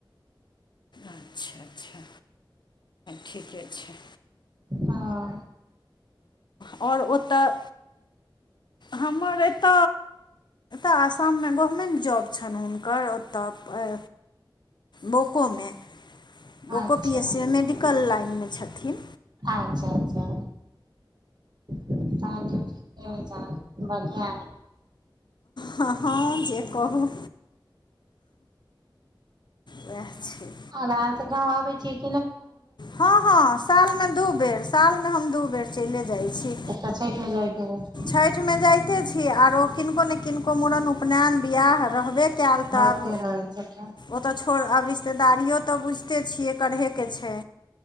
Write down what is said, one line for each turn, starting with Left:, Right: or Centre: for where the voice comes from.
Left: अच्छा-अच्छा। ठीके छै।
Right: हां।
Left: आओर ओतय। हमर एत, आसाम में गवर्मेन्ट जॉब छैन हुनकर। घर ओतऽ। बोको में, बोको
Right: अच्छा
Left: पी एस सी में मेडिकल लाइन में छथिन।
Right: अच्छा-अच्छा। तहन तऽ ठीके अइछ अहाँक, बढ़िया अइ।
Left: हाँ हँ जे कहू। वैह छै।
Right: आब अहाँ सब गांव आबै छीयै।
Left: हँ हँ साल में दू बेर, साल में हम दू बेर चइले जाइ छी।
Right: एकटा छैठ में जाइत हेबै।
Left: छैठ में जाइते छी, आरो किनको ने किनको मुड़न- उपनैन। बीयाह रहबे कैयल तऽ
Right: होइते
Left: आब।
Right: रहै छै तऽ।
Left: ओत छोड़, आब रिश्तेदारियो तऽ बुझिते छियै करहे के छै।